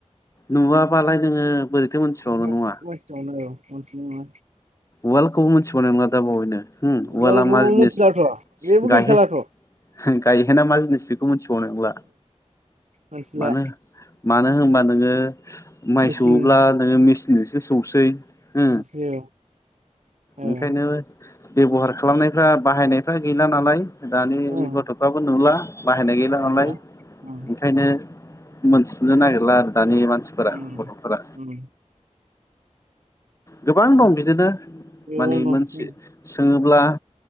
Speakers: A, on the left; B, on the right.
A: नुवाबालाय नोङो बोरैथो मोनथिबावल
B: ओहो
A: नङा
B: मिथिबावनो औ मिथिनाय नंला
A: वार्ल्डखौबो मिथिबावनाय नङा दा बावैनो हो
B: बेखौबो
A: वालआ मा जिनिस
B: मिथिलाथ' बेबो गैखालाथ'
A: गायहे गायहेना मा जिनिस बेखौ मोनथिबाव नंला
B: मिथिला
A: मानो मानो होनबा नोङो माइ
B: मेचिन
A: सौव्ला नोङो मेचिनजोंसो सौसै ओ
B: सो औ
A: ओंखायनो बेब'हार खालामनायफ्रा बाहायनायफ्रा गैला नालाय दानि
B: ओं
A: गथ'फ्राबो नुला बाहायनाय गैला
B: नंगौना
A: नालाय
B: ओम
A: ओंखायनो मोनथिनो नागिरला आरो दानि मानसिफोरा
B: ओम
A: गथ'फोरा
B: ओम
A: गोबां दं बिदिनो
B: गोबां
A: माने
B: दं ओम
A: मोनसे सोङोब्ला